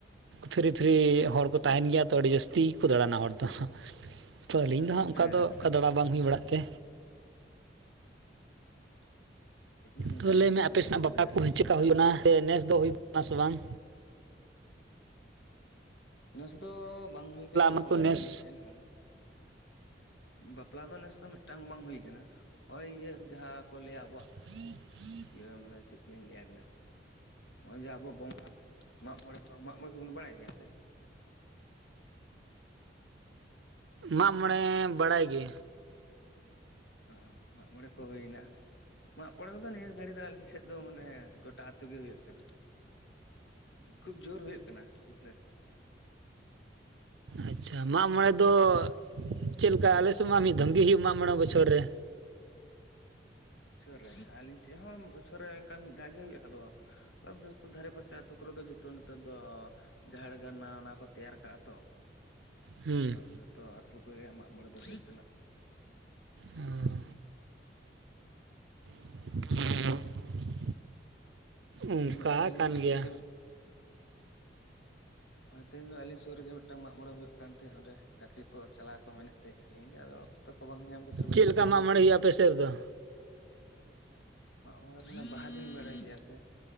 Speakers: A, on the right; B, on the left.
A: ᱯᱷᱤᱨᱤ ᱯᱷᱤᱨᱤ ᱦᱚᱲ ᱠᱚ ᱛᱟᱦᱮᱱ ᱜᱮᱭᱟ ᱛᱚ ᱟᱹᱰᱤ ᱡᱟᱹᱥᱛᱤ ᱠᱚ ᱫᱟᱬᱟᱱᱟ ᱦᱚᱲ ᱫᱚ ᱛᱚ ᱟᱹᱞᱤᱧ ᱫᱚ ᱦᱟᱸᱜ ᱚᱱᱠᱟ
B: ᱦᱮᱸ
A: ᱫᱚ ᱚᱱᱠᱟ ᱫᱟᱬᱟ ᱵᱟᱝ ᱦᱩᱭ ᱵᱟᱲᱟᱜ ᱛᱮ
B: <unintelligible> ᱦᱚᱸ ᱚᱱᱠᱟ
A: ᱛᱚ
B: ᱜᱮ
A: ᱞᱟᱹᱭᱢᱮ
B: ᱠᱷᱩᱵ
A: ᱟᱯᱮ
B: ᱫᱚ
A: ᱥᱮᱱᱟᱜ
B: ᱡᱟᱹᱥᱛᱤ
A: ᱵᱟᱯᱞᱟ
B: ᱫᱚ ᱡᱟᱦᱟᱸ
A: ᱠᱚᱦᱚᱸ
B: ᱥᱮᱫ
A: ᱪᱮᱫᱞᱮᱠᱟ
B: ᱠᱚᱫᱚ
A: ᱦᱩᱭᱮᱱᱟ
B: ᱫᱟᱬᱟᱱ ᱠᱚ
A: ᱥᱮ ᱱᱮᱥ ᱫᱚ ᱦᱩᱭ <unintelligible> ᱵᱟᱝ
B: ᱱᱮᱥ ᱫᱚ ᱵᱟᱝ ᱦᱩᱭ ᱠᱟᱱᱟ ᱵᱟᱯᱞᱟ
A: ᱢᱟᱠᱚ
B: ᱠᱚᱫᱚ
A: ᱱᱮᱥ
B: ᱢᱤᱫᱴᱮᱱ ᱦᱚᱸ ᱵᱟᱯᱞᱟ ᱫᱚ ᱱᱮᱥ ᱫᱚ ᱢᱤᱫᱴᱟᱝ ᱦᱚᱸ ᱵᱟᱝ ᱦᱩᱭ ᱟᱠᱟᱱᱟ ᱱᱚᱜᱼᱚᱭ ᱤᱭᱟᱹ ᱡᱟᱦᱟᱸ ᱠᱚ ᱞᱟᱹᱭᱟ ᱟᱵᱚᱣᱟᱜ
A: <inaudible>
B: ᱤᱭᱟᱹ ᱢᱟᱱᱮ ᱪᱮᱫ ᱞᱤᱠᱟᱹᱧ ᱞᱟᱹᱭ ᱟᱹᱵᱤᱱᱟ ᱱᱚᱜᱼᱚᱭ ᱡᱮ ᱟᱵᱚᱣᱟᱜ ᱵᱚᱸᱜᱟ ᱢᱟᱜ ᱢᱚᱬᱮ ᱠᱚ ᱢᱟᱜ ᱢᱚᱬᱮ ᱠᱚᱵᱚᱱ ᱵᱟᱲᱟᱭ ᱜᱮᱭᱟ ᱥᱮ
A: ᱢᱟᱜ ᱢᱚᱬᱮ ᱵᱟᱲᱟᱭ ᱜᱮ
B: <unintelligible> ᱢᱟᱜ ᱢᱚᱬᱮ ᱠᱚ ᱦᱩᱭᱮᱱᱟ ᱢᱟᱜ ᱢᱚᱬᱮ ᱠᱚᱫᱚ ᱱᱤᱭᱟᱹ ᱜᱷᱟᱹᱲᱤ ᱫᱚ ᱟᱞᱤᱧ ᱥᱮᱫ ᱫᱚ ᱢᱟᱱᱮ ᱜᱚᱴᱟ ᱟᱹᱛᱩ ᱜᱮ ᱦᱩᱭᱩᱜ ᱠᱟᱱᱟ ᱠᱷᱩᱵ ᱡᱳᱨ ᱦᱩᱭᱩᱜ ᱠᱟᱱᱟ, ᱦᱮᱸᱥᱮ
A: ᱟᱪᱪᱷᱟ ᱢᱟᱜ ᱢᱚᱬᱮ ᱫᱚ ᱪᱮᱫ ᱞᱮᱠᱟ ᱟᱞᱮᱥᱮᱫ ᱢᱟ ᱢᱤᱫ ᱫᱷᱚᱢᱜᱮ ᱦᱩᱭᱩᱜ ᱢᱟᱜ ᱢᱚᱬᱮ ᱵᱚᱪᱷᱚᱨ ᱨᱮ
B: ᱵᱚᱪᱷᱚᱨ ᱨᱮ ᱟᱹᱞᱤᱧ ᱥᱮᱫ ᱦᱚᱸ ᱵᱚᱪᱷᱚᱨ ᱨᱮ ᱚᱱᱠᱟ ᱢᱤᱫ ᱫᱷᱟᱣ ᱜᱮ ᱦᱩᱭᱩᱜᱼᱟ ᱟᱫᱚ <unintelligible> ᱫᱷᱟᱨᱮ ᱯᱟᱥᱮ ᱟᱹᱛᱳ ᱠᱚᱨᱮ ᱫᱚ ᱡᱚᱛᱚ ᱱᱤᱛᱚᱜ ᱫᱚ ᱡᱟᱦᱮᱨ ᱜᱟᱲ ᱱᱟᱣᱟ ᱱᱟᱣᱟ ᱠᱚ ᱛᱮᱭᱟᱨ ᱠᱟᱜᱼᱟ ᱛᱚ
A: ᱦᱩᱸ,
B: ᱟᱫᱚ ᱡᱷᱚᱛᱚ ᱟᱛᱳ ᱠᱚᱨᱮᱜᱮ ᱢᱟᱜ ᱢᱚᱬᱮ ᱫᱚ ᱦᱩᱭᱩᱜ ᱠᱟᱱᱟ
A: ᱚ <unintelligible> ᱚᱱᱠᱟ
B: ᱛᱮᱦᱮᱧ ᱱᱚᱜᱼᱚᱭ ᱟᱹᱞᱤᱧ
A: ᱠᱟᱱ
B: ᱥᱩᱨ
A: ᱜᱮᱭᱟ
B: ᱨᱮᱜᱮ ᱦᱮ ᱛᱮᱦᱮᱧ ᱟᱹᱞᱤᱧ ᱥᱩᱨ ᱨᱮᱜᱮ ᱢᱤᱫᱴᱟᱝ ᱢᱟᱜ ᱢᱚᱬᱮ ᱦᱩᱭᱩᱜ ᱠᱟᱱ ᱛᱟᱦᱮᱸᱫ ᱚᱸᱰᱮ ᱜᱟᱛᱮ ᱠᱚ ᱪᱟᱞᱟᱣ ᱠᱚ ᱢᱮᱱᱮᱫ ᱛᱟᱦᱮᱸᱫ, ᱟᱹᱞᱤᱧ ᱜᱮ ᱟᱫᱚ ᱚᱠᱛᱚ ᱠᱚ ᱵᱟᱝ ᱧᱟᱢ ᱠᱷᱟᱹᱛᱤᱨ ᱵᱟᱹᱞᱤᱧ
A: ᱪᱮᱫ ᱞᱮᱠᱟ
B: ᱥᱮᱱ
A: ᱢᱟᱜ
B: ᱠᱟᱱᱟ
A: ᱢᱚᱬᱮ ᱦᱩᱭᱩᱜᱼᱟ ᱟᱯᱮ ᱥᱮᱫ ᱨᱮᱫᱚ
B: ᱢᱟᱜ ᱢᱚᱬᱮ ᱨᱮᱭᱟᱜ ᱵᱟᱦᱟ ᱵᱤᱱ ᱵᱟᱲᱟᱭ ᱜᱮᱭᱟ ᱥᱮ